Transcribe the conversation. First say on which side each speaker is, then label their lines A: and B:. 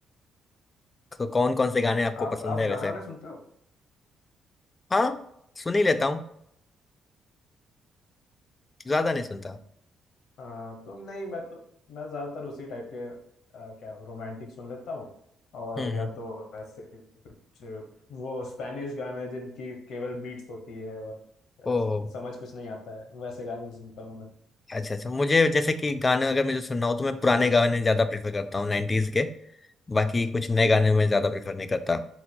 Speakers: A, on the left; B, on the left.
A: तो कौन कौन से गाने आपको
B: आप
A: पसंद
B: आप
A: है
B: गाने
A: वैसे
B: वाने सुनते हो
A: हाँ सुन ही लेता हूँ ज्यादा नहीं सुनता
B: हाँ तो नहीं मैं तो मैं ज्यादातर उसी टाइप के आ, क्या रोमांटिक सुन लेता हूँ और
A: हम्म
B: या
A: हम्म
B: तो ऐसे कुछ वो स्पेनिश गाने जिनकी केवल बीट्स होती है और
A: ओ
B: आ, समझ कुछ नहीं आता है वैसे गाने भी सुनता हूँ मैं
A: अच्छा अच्छा मुझे जैसे कि गाने अगर मुझे सुनना हो तो मैं पुराने गाने ज्यादा प्रेफर करता हूँ 90s के बाकी कुछ नए गाने मैं ज्यादा प्रेफर नहीं करता